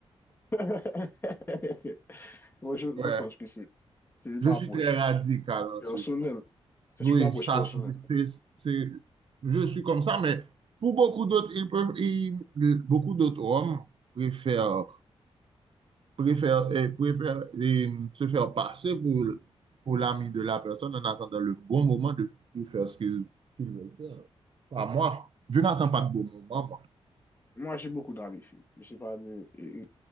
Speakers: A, on the left (about 20°); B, on the right (about 55°).
A: <laughs> Moi, je,
B: Ouais,
A: je pense que c'est c'est une
B: je
A: approche
B: suis très radical en
A: personnelle.
B: ce sens.
A: C'est
B: Oui,
A: une approche
B: ça,
A: personnelle.
B: c'est, c'est- je suis comme ça, mais pour beaucoup d'autres, ils peuvent, ils- beaucoup d'autres hommes préfèrent préfère, euh, préfère euh, se faire passer pour, pour l'ami de la personne en attendant le bon moment de, pour faire ce qu'ils ce qu'ils veulent faire. Pas moi. Je n'attends pas de bon moment, moi.
A: Moi, j'ai beaucoup d'amis filles. Je sais pas de- et- et-